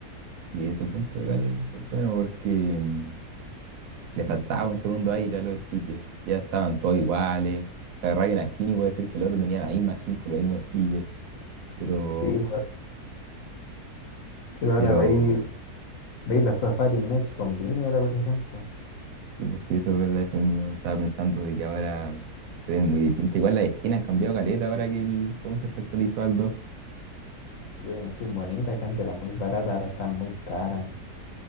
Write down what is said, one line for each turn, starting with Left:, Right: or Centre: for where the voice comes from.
Right: Y ese punto igual es bueno porque mm, le faltaba un segundo aire a los stickers, ya estaban todos iguales, agarraba una skin y puede ser que el otro tenía la misma skin con los mismos stickers, pero,
Left: Sí, pues, pero ahora
Right: pero
Left: veis, veis la Safari Match con Vini ahora, por ejemplo.
Right: Sí, pues sí, eso es verdad, eso mismo estaba pensando de que ahora se ven muy distintas. Igual las esquinas han cambiado caleta ahora que el Counter se actualizó al 2.
Left: Si veis una skin bonita que antes era muy barata, ahora está muy cara.